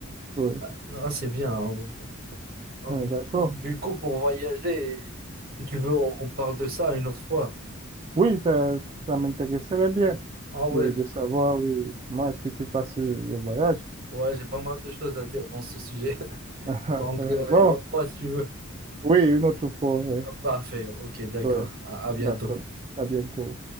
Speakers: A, on the right (about 30°); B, on the right (about 45°).
A: Oui,
B: Ah, ah, c'est bien. hein. Hum,
A: Ah, d'accord.
B: Du coup, pour voyager, si tu veux, on, on parle de ça une autre fois.
A: Oui, ça, ça m'intéresserait bien
B: Ah ouais,
A: de, de savoir, oui, comment est-ce que tu passes euh, le voyage.
B: ouais, j'ai pas mal de choses à dire dans ce sujet. <laughs>
A: <laughs>
B: Donc, euh,
A: Bon,
B: une autre fois, si tu veux.
A: oui, une autre fois, oui,
B: Ah, parfait, ok, d'accord.
A: oui,
B: à à bientôt.
A: d'accord. À bientôt.